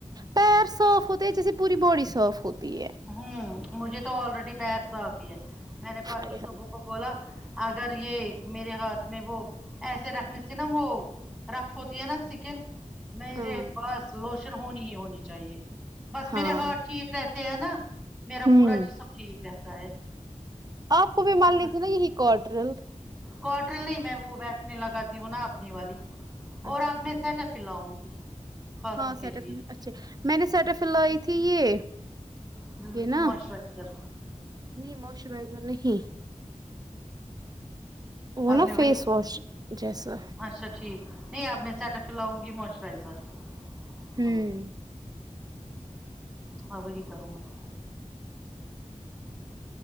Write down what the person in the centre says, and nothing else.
ہوں مجھے تو آلریڈی پیر صاف ہی ہے میں نے پرسوں
شبو کو بولا اگر یہ میرے ہاتھ میں وہ ایسے رکھنے سے نہ وہ رف ہوتی ہے نا سکن میرے
پاس لوشن ہونی ہی ہونی چاہیے بس
میرے ہاتھ ٹھیک ہے اس سے ہے نا میرا
پورا جسم ٹھیک رہتا ہے
بس
کوٹرل نہیں میں وہ ویسلن لگاتی ہوں نا اپنی والی اور
آپ
میں سیٹف پھر لاؤں گی ہاتھوں
کے
لیے
ہوں
موسچرائزر
آب
میں
وہی
اچھا ٹھیک نہیں اب میں سیٹف فلل لاؤں گی موئسچرائزر
تو ہان وہی کروں گی